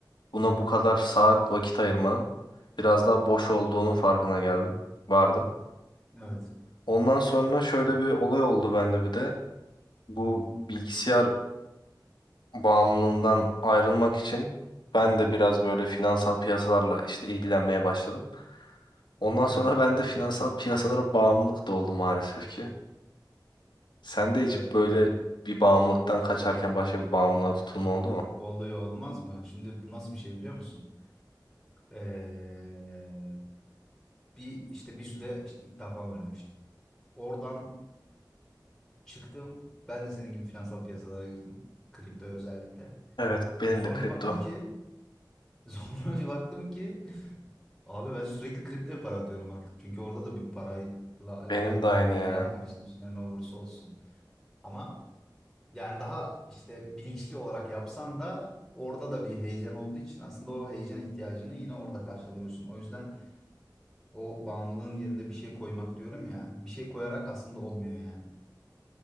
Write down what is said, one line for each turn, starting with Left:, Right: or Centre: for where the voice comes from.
Left: buna bu kadar saat vakit ayırmanın biraz daha boş olduğunun farkına geldim. Vardım.
Centre: Evet.
Left: Ondan sonra şöyle bir olay oldu bende bir de. Bu bilgisayar bağımlılığından ayrılmak için ben de biraz böyle finansal piyasalarla işte ilgilenmeye başladım. Ondan
Centre: Hı
Left: sonra
Centre: hı.
Left: <laughs> ben de finansal piyasalara bağımlılık da oldu maalesef ki. Sen de hiç
Centre: Evet
Left: böyle
Centre: oluyor.
Left: bir bağımlılıktan kaçarken başka bir bağımlılığa tutulma oldu mu?
Centre: Oluyor olmaz mı? Şimdi nasıl bir şey biliyor musun? Ee, bir işte bir süre işte ilk defa oynamıştım. Oradan çıktım. Ben de senin gibi finansal piyasalara girdim. Kripto özellikle.
Left: Evet, benim
Centre: Sonra
Left: de kripto.
Centre: bir baktım ki <laughs> sonra bir baktım ki Abi ben sürekli kripto para diyorum artık. Çünkü orada da bir parayla alakalı
Left: Benim de
Centre: bir
Left: aynı
Centre: heyecan
Left: ya.
Centre: var işin içinde ne olursa olsun. Ama yani daha işte bilinçli olarak yapsan da orada da bir heyecan olduğu için aslında o heyecan ihtiyacını yine orada karşılıyorsun. O yüzden o bağımlılığın yerine bir şey koymak diyorum ya. Bir şey koyarak aslında olmuyor yani.